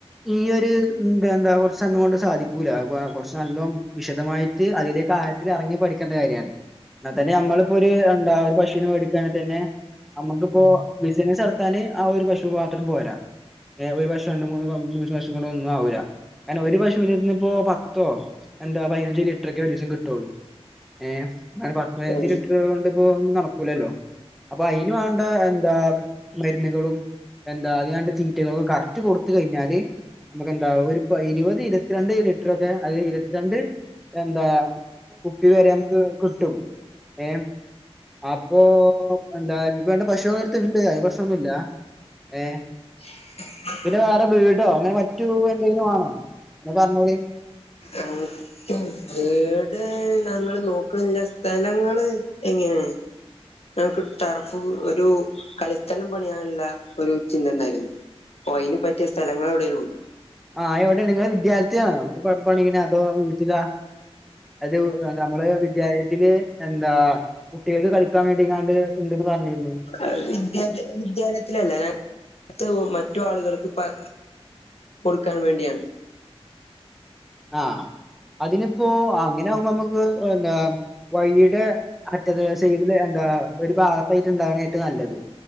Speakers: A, in the centre; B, on the left (about 70°).
A: ഈ ഒര് എന്ത എന്താ കൊറച്ച് അന്ന് കൊണ്ട് സാധിക്കൂല കൊർച്ച് നല്ലോ വിശദമായിട്ട് അതിലേക്ക് ആയ ത്തില് എറങ്ങി പഠിക്കേണ്ട കാര്യാണ് എന്നാ തന്നെ നമ്മളിപ്പോ ഒര് എന്താ ഒര് പശുനെ വെടിക്കാണ് തന്നെ നമ്മക്ക്പ്പോ ബിസിനസ് നടത്താന് ആ ഒരു പശുപാത്രം പോരാ ഏ ഒരു പശു രണ്ട് മൂന്ന് പ പശു കൊണ്ട് ഒന്നും ആവൂല കാരണം ഒരു പശുന്റെട്ത്ത്ന്ന് ഇപ്പോ പത്തോ എന്താ പതിനഞ്ച് ലിറ്ററെക്കെയാ ഒരു ദിവസം കിട്ടോള്ളൂ ഏ അങ്ങനെ പത്ത് പയ്നഞ്ച്
B: ഉം.
A: ലിറ്റർ കൊണ്ട് ഇപ്പൊ ഒന്നും നടക്കൂലലോ അപ്പൊ അയിന് വാണ്ട എന്താ മര്ന്ന്കളും എന്താ അയ്ന് വാണ്ട തീറ്റകളൊക്കെ കറക്റ്റ് കൊട്ത്ത് കയ്ഞ്ഞാല് നമ്മക്കന്താ ഒരു ഇപ്പ ഇരുവത് ഇരവത്തിരണ്ട് ലിറ്ററൊക്കെ അതി ഇരുവത്തിരണ്ട് എന്താ കുപ്പി വരെ നമ്മക്ക് കിട്ടും ഏ അപ്പൊ എന്താ ഇഞ്ഞ്പ്പൊ രണ്ട് പശു നേരത്തെ ഉണ്ട് അതി പ്രശ്നോന്നുല്ല ഏഹ്
B: <inaudible>
A: പിന്നെ വേറെ വീടോ അങ്ങനെ മറ്റു എന്തെങ്കിലും വാണോ ഇങ്ങനെ പർഞ്ഞോളീം
B: ആ വീട് ഞങ്ങള് നോക്ക്ണില്ല സ്ഥലങ്ങള് എങ്ങെനെയാണ്? ഞങ്ങക്ക് ട്ടറഫ് ഒരു കളിസ്ഥലം പണിയാനുള്ള ഒരു ചിന്ത ഇണ്ടാര്ന്നു പ്പൊ അയ്‌ന് പറ്റിയ സ്ഥലങ്ങള് എവടെലും ഉണ്ടോ
A: അഹ് എവടെണ് നിങ്ങള് വിദ്യാൽത്തിയാണോ പാ പണിയ്ണ് അതോ വീട്ടിലാ അതൊ നമ്മള് വിദ്യാലയത്തില് എന്താ കുട്ടികൾക്ക് കളിക്കാൻ വേണ്ടിങ്ങാണ്ട് ഇണ്ട്ന്ന് പറഞ്ഞിന്നു
B: ആഹ് വിദ്യൽത്തി വിദ്യാലയത്തിലല്ലാ ഞ ത്തോ മറ്റു ആളുകൾക്ക് പ കൊടുക്കാൻ വേണ്ടിയാണ്
A: ആ അതിനിപ്പോ അങ്ങനെ ആമ്പോ നമ്മക്ക് എന്താ വയ്യ്ടെ അറ്റത്ത് സൈടില് എന്താ ഒരു ഭാഗത്തായിട്ട് ഇണ്ടാവ്ണ ഏറ്റവും നല്ലത്